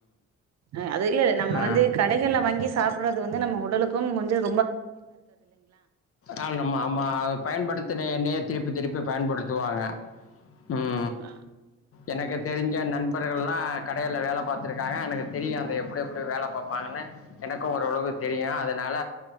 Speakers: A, on the right (about 60°); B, on the left (about 50°).
A: அ அது இல்ல இல்ல நம்ம
B: ஆ
A: வந்து கடைகல்லா வாங்கி சாப்பறது வந்து நம்ம உடலுக்கு கொஞ்சம்
B: ஆம் நம்ம ஆமா அத பயன்படுத்தின எண்ணெயே திருப்பி திருப்பி பயன்படுத்துவாங்க ம்
A: ஆ
B: எனக்கு தெரிஞ்ச நண்பர்கள் எல்லா கடையில வேலை பாத்திருக் க்காங்க எனக்கு தெரியும் அந்த எப்டி எப்டி வேலை பாப்பாங்கன்னு எனக்கும் ஓரளவு தெரியும் அதனால